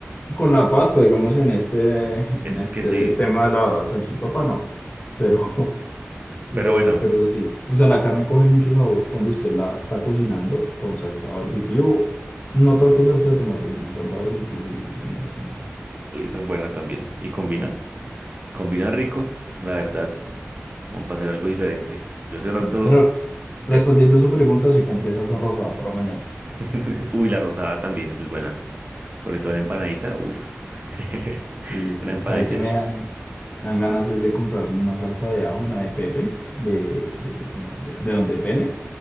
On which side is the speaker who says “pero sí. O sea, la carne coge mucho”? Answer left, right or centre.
Left